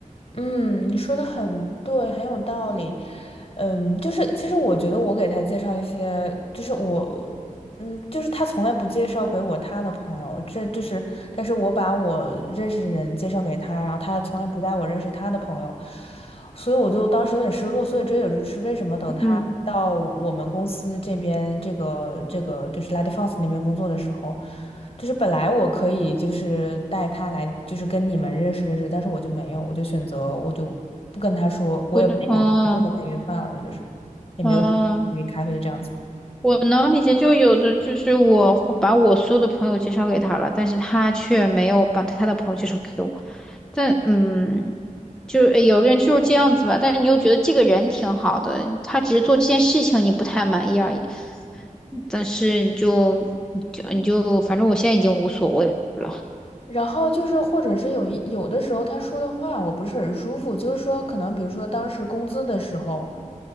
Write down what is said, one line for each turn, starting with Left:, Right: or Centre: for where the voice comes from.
Left: 嗯，你说的很对，很有道理。嗯，就是其实我觉得我给他介绍一些，就是我，嗯，就是他从来不介绍给我他的朋友，这就是，但是我把我认识的人介绍给他，然后他从来不带我认识他的朋友，所以我就当时有点失落，所以这也就是为什么等他到我们公司这边，
Centre: 嗯，
Left: 这个这个就是 La d é f e n s 那边工作的时候，就是本来我可以就是带他来，就是跟你们认识认识，但是我就没有，我就选择我就不跟他说，我也没有直接跟他约饭了，
Centre: 不能，嗯
Left: 就是也没有去咖啡这样子。
Centre: 嗯。我能理解，就有的就是我会把我所有的朋友介绍给他了，但是他却没有把他的朋友介绍给我。但嗯，就诶有的人就是这样子吧，但是你又觉得这个人挺好的，他只是做这件事情你不太满意而已。但是你就你就你就，反正我现在已经无所谓了
Left: 然后就是，或者是有一有的时候他说的话我不是很舒服，就是说可能比如说当时工资的时候，